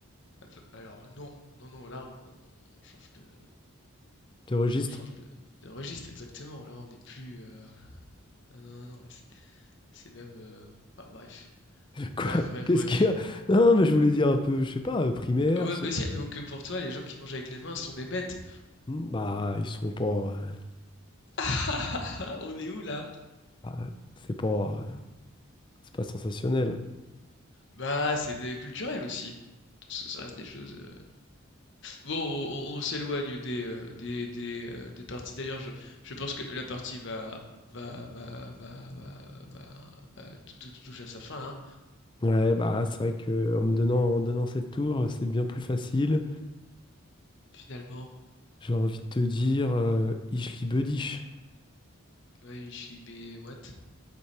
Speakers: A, on the left; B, on the left.
A: Un peu... Alors, non, non, non, là, on, on change de...
B: De registre.
A: On change de, de registre, exactement. Là, on n'est plus... euh, Non, non, non, non, là, c'est c'est même... euh, ah, bref.
B: <laughs> Quoi?
A: Bref, bref,
B: Qu'est-ce
A: bref.
B: qu'il y a? Non, mais je voulais dire un peu, je sais pas, euh, primaire.
A: Ouais,
B: ce-
A: bah si, donc euh, pour toi, les gens qui mangent avec les mains sont des bêtes.
B: Hmm, Bah, ils sont pas. euh,
A: <laughs> On est où là?
B: bah, c'est pas, euh, c'est pas sensationnel.
A: Bah, c'est des- culturel aussi. Ça ça reste des choses. euh. Bon, on, on- on s'éloigne des, euh, des, des, euh, des parties. D'ailleurs, je, je pense que la partie va, va, va, va, va, va, va- tout, tout touche à sa fin, hein.
B: Ouais, bah, c'est vrai que en me donnant, en donnant cette tour, c'est bien plus facile.
A: Finalement.
B: J'ai envie de te dire euh, Ich liebe dich.
A: Oui, Shlibé, what?